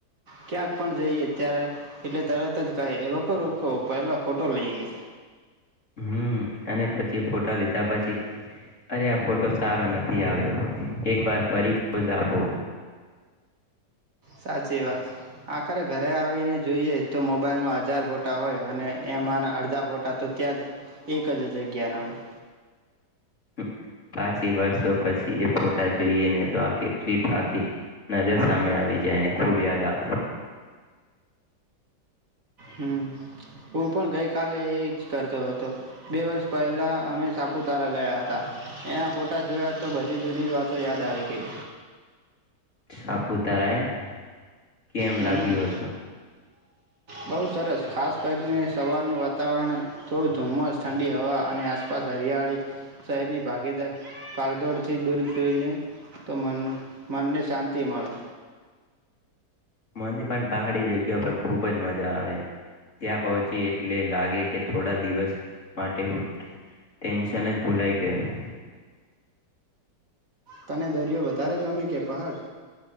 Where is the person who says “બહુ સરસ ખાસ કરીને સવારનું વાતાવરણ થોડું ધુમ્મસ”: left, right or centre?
Right